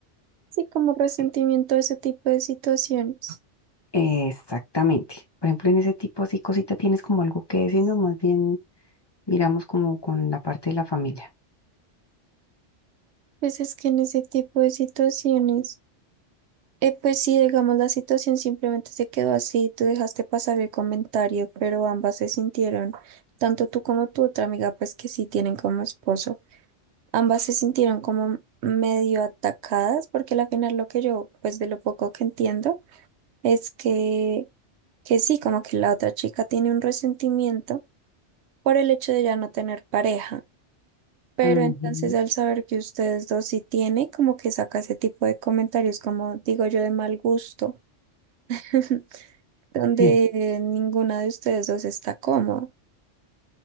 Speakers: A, on the right; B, on the left.
A: Sí, como resentimiento
B: eh,
A: a ese tipo de situaciones.
B: Exactamente. Por ejemplo, en ese tipo así cosita tienes como algo que decir, no, más bien miramos como con la parte de la familia.
A: Pues es que en ese tipo de situaciones, eh, pues sí, digamos, la situación simplemente se quedó así, tú dejaste pasar el comentario, pero ambas se sintieron, tanto tú como tu otra amiga, pues que sí tienen como esposo, ambas se sintieron como medio atacadas, porque al final lo que yo, pues de lo poco que entiendo, es que, que sí, como que la otra chica tiene un resentimiento por el hecho de ya no tener pareja. Pero
B: Ujú,
A: entonces al saber que ustedes dos sí tiene, como que saca ese tipo de comentarios, como digo yo, de mal gusto, <laughs> donde
B: Sí,
A: eh, ninguna de ustedes dos está cómoda.